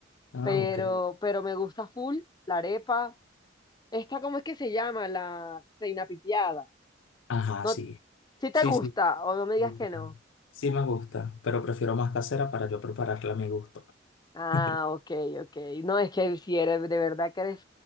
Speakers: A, on the left; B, on the left.
A: Ah,
B: pero,
A: ok.
B: pero me gusta full la arepa. Esta, ¿cómo es que se llama? La reina pitiada.
A: Ajá,
B: No,
A: sí.
B: si te
A: Sí,
B: gusta
A: sí.
B: o no me digas
A: Sí
B: que
A: sí.
B: no.
A: Sí me gusta, pero prefiero más casera para yo prepararla a mi gusto.
B: Ah,
A: <laughs>
B: ok, ok. No, es que si eres, de verdad que eres